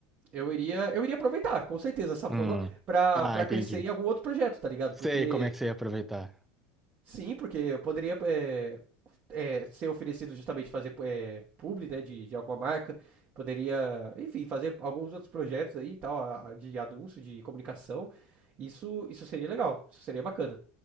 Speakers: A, on the right (about 40°); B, in the centre.
A: eu iria, eu iria aproveitar, com certeza, essa fama
B: hum.
A: pra,
B: Ah,
A: pra
B: entendi.
A: crescer em algum outro projeto, tá ligado? Porque,
B: Sei como é que você ia aproveitar.
A: sim, porque eu poderia é, é, ser oferecido justamente fazer é, publi, né, de, de alguma marca. Poderia, enfim, fazer alguns outros projetos aí e tal, a- de anúncio, de comunicação. Isso, isso seria legal, isso seria bacana.